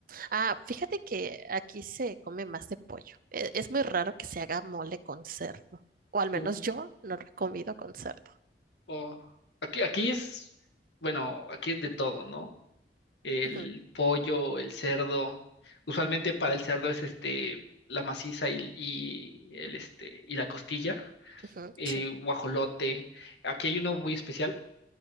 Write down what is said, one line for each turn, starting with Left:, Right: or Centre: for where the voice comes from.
Right: Ah, fíjate que aquí se come más de pollo. E- Es muy raro que se haga mole con cerdo. O al menos
Left: Uh,
Right: yo no lo he comido con cerdo.
Left: oh, Aquí, aquí es, bueno, aquí es de todo, ¿no? El
Right: Ujú.
Left: pollo, el cerdo. Usualmente para el cerdo es este, la maciza y, y el este, y la costilla.
Right: Ujú,
Left: Eh,
Right: sí.
Left: guajolote. Aquí hay uno muy especial